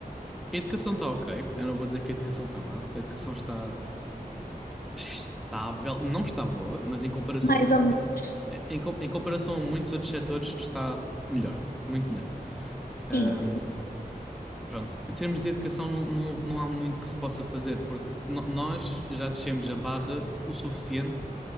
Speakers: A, in the centre; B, on the left (about 70°).
A: a educação está ok. Eu não vou dizer que a educação está má. A educação está estável. Não está boa, mas em comparação
B: Mais
A: muito.
B: ou menos.
A: Em, com- em comparação a muitos outros setores, está melhor, muito melhor. Ahm,
B: Sim.
A: pronto, em termos de educação, não, não, não há muito que se possa fazer, porque no- nós já descemos a barra o suficiente